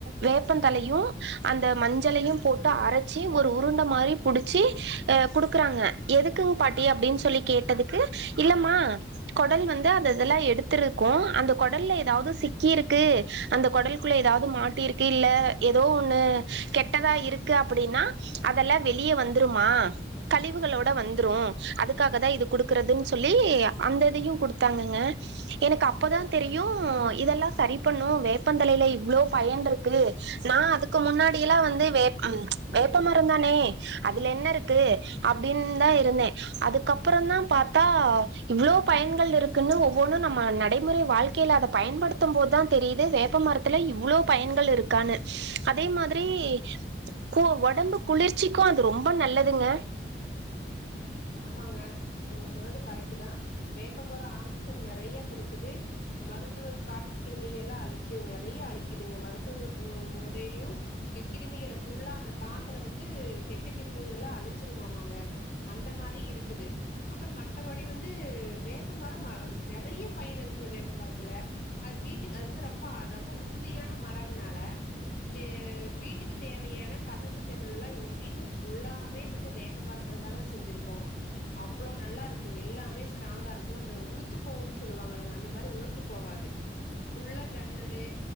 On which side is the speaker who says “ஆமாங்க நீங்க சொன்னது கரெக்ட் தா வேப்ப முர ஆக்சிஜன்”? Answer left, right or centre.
Left